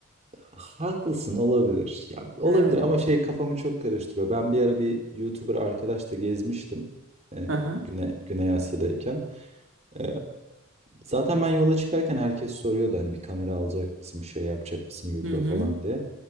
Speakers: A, on the right; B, on the right.
A: Haklısın olabilir. Ya, olabilir
B: Evet.
A: ama şey kafamı çok karıştırıyor. Ben bir ara bir YouTuber arkadaşla gezmiştim. Ee,
B: Hı hı.
A: Güney, Güney Asya'dayken. Ee, Zaten ben yola çıkarken herkes soruyordu hani bir kamera alacak mısın, bir şey yapacak mısın YouTube'a
B: Hı hı.
A: falan diye.